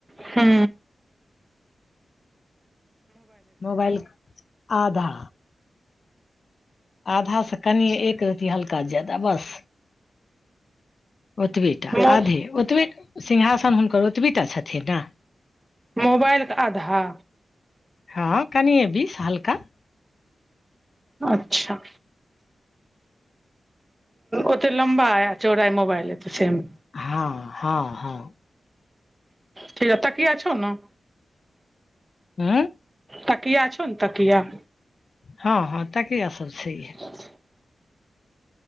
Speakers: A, on the right; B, on the left.
A: हु
B: मोबाल आधा आधा स कनि एक रती हल्का जायदा बस ओतबे टा
A: मो
B: आधे ओतबे सिंहासन हुनकर ओतबे टा छथिन ने
A: मोबाइल केऽ आधा
B: हँ कनिये बीस हल्का
A: अच्छा ओतऽ लमबा आय चौड़ाइ मोबइल ए तऽ सिम
B: हँ हँ हँ
A: ठीक ताकिया छ न
B: हँ
A: तकिया छौ ने तकिया
B: हँ हँ ताकिया सब छयिए
A: <inaudible>